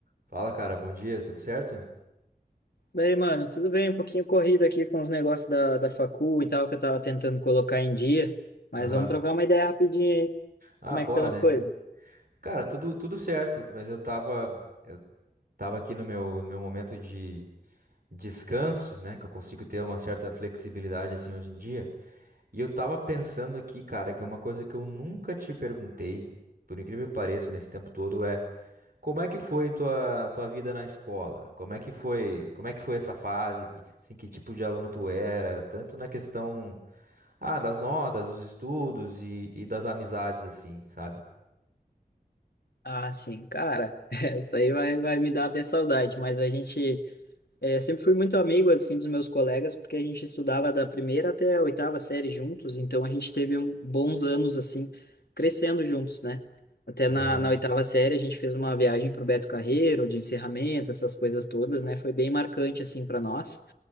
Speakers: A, on the right; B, on the left.
A: Fala, cara, bom dia, tudo certo?
B: Daí, mano, tudo bem, um pouquinho corrido aqui com os negócios da, da facu e tal, que eu tava tentando colocar em dia, mas
A: Aham.
B: vamos trocar uma ideia rapidinho aí,
A: Ah,
B: como
A: bora,
B: é que estão as
A: né?
B: coisas?
A: Cara, tudo, tudo certo, mas eu tava, tava aqui no meu, no meu momento de descanso, né? Que eu consigo ter uma certa flexibilidade assim hoje em dia. E eu tava pensando aqui, cara, que uma coisa que eu nunca te perguntei, por incrível que pareça, nesse tempo todo, é Como é que foi tua tua vida na escola? Como é que foi, como é que foi essa fase? Que- Assim, que tipo de aluno tu era? Tanto na questão ah, das notas, dos estudos e, e das amizades assim, sabe?
B: Ah, sim, cara, <laughs> isso aí vai, vai me dar até saudade, mas a gente, é, sempre fui muito amigo, assim, dos meus colegas, porque a gente estudava da primeira até a oitava série juntos, então a gente teve um, bons anos, assim, crescendo juntos, né? Até
A: Aham.
B: na, na oitava série a gente fez uma viagem pro Beto Carreiro, de encerramento, essas coisas todas, né? Foi bem marcante, assim, para nós.